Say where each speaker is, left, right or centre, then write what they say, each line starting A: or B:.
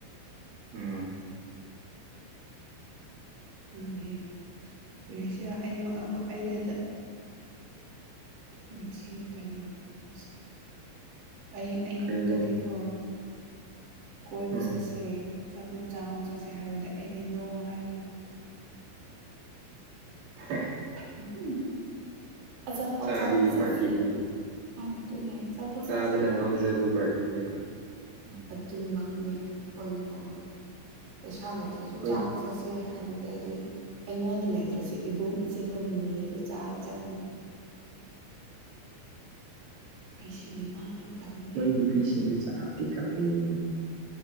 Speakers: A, on the right; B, on the right.
A: ꯎꯝ
B: ꯈꯪꯗꯦ ꯀꯔꯤ ꯍꯥꯏꯁꯤꯔꯥ ꯑꯩꯉꯣꯟ ꯑꯩꯗ ꯃꯤꯠꯁꯤ <unintelligible> <unintelligible> ꯑꯩ ꯑꯩꯉꯣꯟꯗꯗꯤꯀꯣ
A: ꯀꯔꯤꯔꯣ
B: ꯀꯣꯏꯕ
A: ꯎꯝ
B: ꯆꯠꯁꯦ ꯑꯆꯥꯄꯣꯠ ꯆꯥꯕ ꯆꯠꯁꯦ ꯍꯥꯏꯕꯗ ꯑꯩꯗꯤ ꯅꯣ ꯍꯥꯏꯔꯣꯏ
A: <unintelligible>
B: ꯑꯗꯨꯝ ꯑꯆꯥꯄꯣꯠ
A: ꯆꯥꯕꯤ
B: ꯆꯥꯕ ꯆꯠꯁꯦ
A: ꯄꯥꯔꯇꯤꯅꯦ
B: ꯍꯣꯏ ꯑꯗꯨꯅꯦ ꯑꯆꯥꯄꯣꯠ
A: ꯆꯥꯕꯗ
B: ꯆꯥꯁꯦ ꯍꯥꯏꯔꯗꯤ
A: ꯉꯥꯎꯖꯕ ꯄꯥꯔꯇꯤꯅꯦꯕ ꯎꯝ
B: ꯇꯨꯃꯛꯅꯤ ꯑꯩꯈꯣꯏꯅ ꯇꯧꯋꯦ ꯄꯩꯁꯥ ꯂꯩꯇ꯭ꯔꯁꯨ
A: ꯑꯩꯈꯣꯏ
B: ꯆꯥꯕ ꯆꯠꯁꯦ ꯍꯥꯏꯔꯗꯤ ꯑꯩꯗꯤ ꯑꯩꯉꯣꯟꯗ ꯂꯩꯇ꯭ꯔꯁꯨ ꯏꯕꯨꯡ ꯏꯆꯦꯈꯣꯏꯗ ꯅꯤꯔꯒ ꯆꯥꯔ ꯆꯠꯂꯅꯤ ꯑꯩꯁꯦ ꯗꯤꯃꯥꯟ ꯌꯥꯝ ꯀꯟꯕꯅꯦ
A: ꯅꯣꯏ ꯅꯨꯄꯤꯁꯤꯡꯁꯦ ꯆꯥꯕꯗꯤ ꯀꯜꯂꯤꯍꯦ